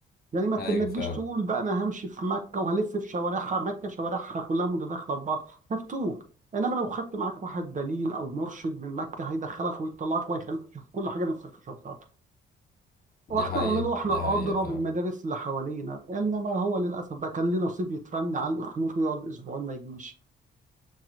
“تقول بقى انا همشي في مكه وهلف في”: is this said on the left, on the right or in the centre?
Right